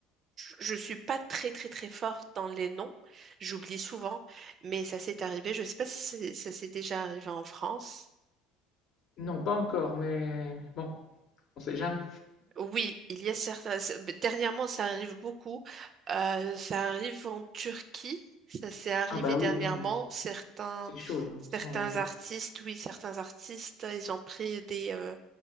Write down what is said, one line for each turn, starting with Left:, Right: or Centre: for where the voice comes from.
Right: Je suis pas très très très forte dans les noms, j'oublie souvent, mais ça s'est arrivé. Je sais pas si c'est- ça s'est déjà arrivé en France,
Left: Non, pas encore, mais bon, on sait jamais.
Right: Oui, il y a certains. c'est- Dernièrement, ça arrive beaucoup. Euh, ça arrive en Turquie. Ça s'est arrivé
Left: Ah bah
Right: dernièrement.
Left: oui, non.
Right: Certains,
Left: C'est chaud, hein,
Right: certains
Left: en ce moment en Turquie.
Right: artistes, oui, certains artistes, ils ont pris des, euh,